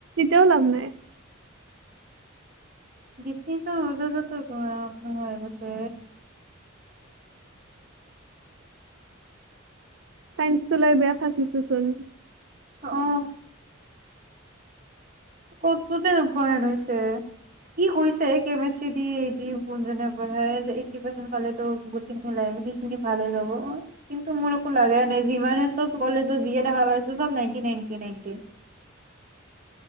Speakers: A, on the right; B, on the right.
A: তেওঁ লাভ নাই
B: ডিস্তিচন হ'লেও ত গয় হৈ গৈছে
A: চাইন্স চলাই চিলে যে ফাচ ডিচিচন
B: অ ক'তোতে নোপোৱা হৈছে সি কৈছে কেমেষ্টি দি যি জোনজনে পঢ়াই যে এইটটি পাৰ্চন পালে টো গোটেখিনি লাইবেৰি খিনি ভাল হৈ যাব অ কিন্তু মোৰ একো লাই নাই যিমানে চব কলেজৰ যিয়ে দেখা পাইছো চব নইনটি, নাইনটি, নইনটি